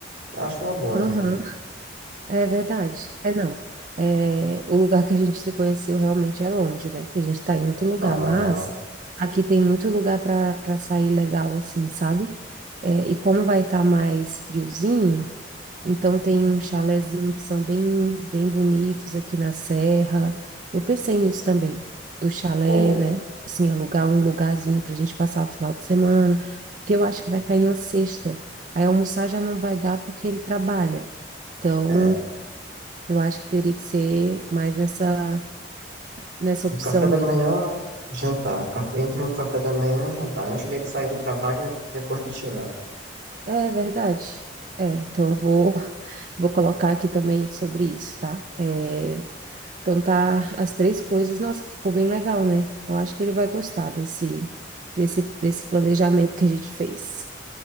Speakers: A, on the right; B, on the right.
A: Eu Acho é uma boa
B: Aham.
A: também.
B: É verdade. É não. É, o lugar que a gente se conheceu realmente é longe, né? Que a gente está em outro lugar,
A: Ah,
B: mas aqui tem muito lugar para para sair legal, assim, sabe? É, e como vai estar mais friozinho, então tem um chalezinho que são bem bem bonitos aqui na serra. Eu pensei nisso também, do chalé,
A: pô,
B: né? Assim, alugar um lugarzinho para a gente passar o final de semana, porque eu acho que vai cair na sexta. Aí almoçar já não vai dar porque ele trabalha. Então,
A: é,
B: eu acho que teria que ser mais nessa, nessa opção
A: o café da
B: mesmo.
A: manhã, jantar. Café- Entre um café da manhã e jantar, antes dele sair do trabalho e antes- depois de chegar.
B: É verdade. É, então eu vou, <laughs> vou colocar aqui também sobre isso, tá? É, então tá as três coisas. Nossa, ficou bem legal, né? Eu acho que ele vai gostar desse, desse, desse planejamento que a gente fez.